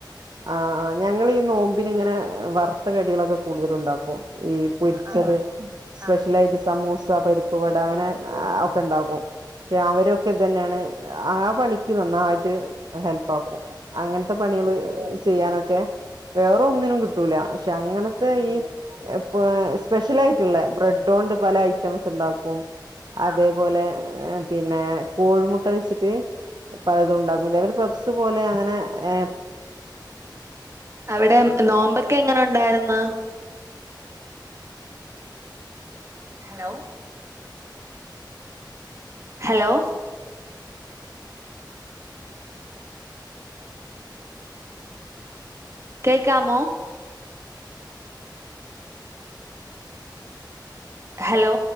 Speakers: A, on the right; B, on the right.
A: ആഹ് ആഹ് ഞങ്ങൾ ഈ നോമ്പിന് ഇങ്ങനെ വറുത്ത കടികളൊക്കെ കൂടുതൽ ഉണ്ടാക്കും ഈ പൊരിച്ചത്
B: ആഹ്
A: സ്പെഷ്യലായിട്ട്
B: ആഹ്
A: സമൂസ പരിപ്പ്‌ വട അങ്ങനെ ഒക്കെ ഉണ്ടാക്കും. പക്ഷെ അവരൊക്കെ ഇതെന്നെയാണ് ആഹ് പണിക്ക് നന്നായിട്ട് ഹെൽപ്പ് ആക്കും അങ്ങനത്തെ പണികള് ചെയ്യാനൊക്കെ വേറെ ഒന്നിനും കിട്ടൂല പക്ഷെ അങ്ങനത്തെ ഈ ഇപ്പോ സ്പെഷ്യൽ ആയിട്ടുള്ള ബ്രെഡോണ്ട് പല ഐറ്റംസ് ഉണ്ടാക്കും. അതേപോലെ
B: ആഹ്
A: ങ്ങെ പിന്നെ കോഴിമുട്ട വെച്ചിട്ട് പലതും ഉണ്ടാക്കും ഇതേപോലെ പപ്സ് പോലെ അങ്ങനെ ഏഹ്
B: അവിടെ നോമ്പ് ഒക്കെ എങ്ങനെ ഉണ്ടായിരുന്ന് ഹലോ ഹലോ കേക്കാമോ? ഹലോ